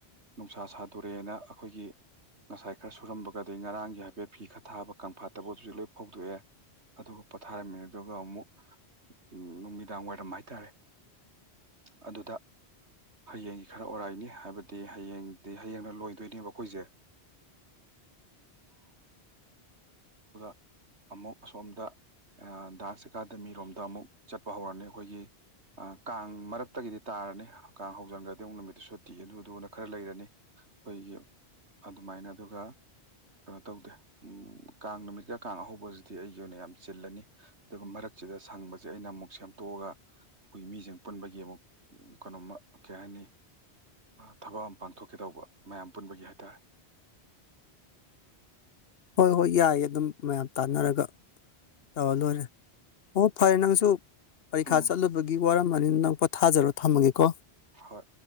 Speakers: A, on the right; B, on the left.
A: ꯅꯨꯡꯁꯥ ꯁꯥꯗꯣꯔꯛꯑꯦꯅ ꯑꯩꯈꯣꯏꯒꯤ ꯉꯁꯥꯏ ꯈꯔ ꯁꯨꯔꯝꯕꯒ ꯉꯔꯥꯡꯒꯤ ꯍꯥꯏꯐꯦꯠ ꯐꯤ ꯈꯔ ꯊꯥꯕ ꯀꯪꯐꯥꯠꯇꯕꯗꯨꯁꯨ ꯍꯧꯖꯤꯛ ꯂꯣꯏ ꯐꯧꯗꯣꯛꯑꯦ ꯑꯗꯨꯒ ꯄꯣꯊꯥꯔꯝꯃꯤ ꯑꯗꯨꯒ ꯑꯃꯨꯛ ꯎꯝ ꯅꯨꯃꯤꯗꯥꯡ ꯋꯥꯏꯔꯝ ꯍꯥꯏꯇꯥꯔꯦ ꯑꯗꯨꯗ ꯍꯌꯦꯡꯒꯤ ꯈꯔ ꯑꯣꯔꯥꯏꯅꯤ ꯍꯥꯏꯕꯗꯤ ꯍꯌꯦꯡꯗꯤ ꯍꯌꯦꯡꯅ ꯂꯣꯏꯗꯣꯏꯅꯦꯕ ꯑꯩꯈꯣꯏꯁꯦ <unintelligible> ꯑꯃꯨꯛ ꯑꯁꯣꯝꯗ ꯗꯥꯟꯁ ꯑꯦꯀꯥꯗꯃꯤꯔꯣꯝꯗ ꯑꯃꯨꯛ ꯆꯠꯄ ꯍꯧꯔꯛꯑꯅꯤ ꯑꯩꯈꯣꯏꯒꯤ ꯀꯥꯡ ꯃꯔꯛ ꯃꯔꯛꯇꯒꯤꯗꯤ ꯇꯥꯔꯅꯤ ꯀꯥꯡ ꯍꯧꯖꯟꯒ꯭ꯔꯗꯤ ꯑꯃꯨꯛ ꯅꯨꯃꯤꯠꯇꯨ ꯁꯨꯠꯇꯤ ꯑꯗꯨꯗꯨꯅ ꯈꯔ ꯂꯩꯔꯅꯤ ꯑꯩꯈꯣꯏꯒꯤ ꯑꯗꯨꯃꯥꯏꯅ ꯑꯗꯨꯒ ꯀꯩꯅꯣ ꯇꯧꯗꯦ ꯎꯝ ꯀꯥꯡ ꯅꯨꯃꯤꯠꯀ ꯀꯥꯡ ꯑꯍꯧꯕꯒꯁꯤꯗꯤ ꯑꯩꯒꯤ ꯑꯣꯏꯅ ꯌꯥꯝ ꯆꯤꯜꯂꯅꯤ ꯑꯗꯨꯒ ꯃꯔꯛꯁꯤꯗ ꯁꯪꯕꯁꯤꯁ ꯁꯦ ꯑꯩꯅ ꯑꯃꯨꯛ ꯁꯦꯝꯗꯣꯛꯑꯒ ꯑꯩꯈꯣꯏ ꯃꯤꯁꯤꯡ ꯄꯨꯟꯕꯒꯤ ꯑꯃꯨꯛ ꯀꯩꯅꯣꯃ ꯀꯩ ꯍꯥꯏꯅꯤ ꯊꯕꯛ ꯑꯃ ꯄꯥꯡꯊꯣꯛꯀꯦ ꯇꯧꯕ ꯃꯌꯥꯝ ꯄꯨꯟꯕꯒꯤ ꯍꯥꯏꯇꯥꯔꯦ
B: ꯍꯣꯏ ꯍꯣꯏ ꯌꯥꯏ ꯑꯗꯨꯝ ꯃꯌꯥꯝ ꯇꯥꯟꯅꯔꯒ ꯇꯧ ꯂꯣꯏꯔꯦ ꯑꯣ ꯐꯔꯦ ꯅꯪꯁꯨ ꯄꯔꯤꯈꯥ
A: ꯎꯝ
B: ꯆꯠꯂꯨꯕꯒꯤ ꯋꯥꯔꯝ ꯑꯅꯤꯅ ꯅꯪ ꯄꯣ ꯊꯥꯖꯔꯣ ꯊꯝꯃꯒꯦꯀꯣ
A: ꯍꯣꯏ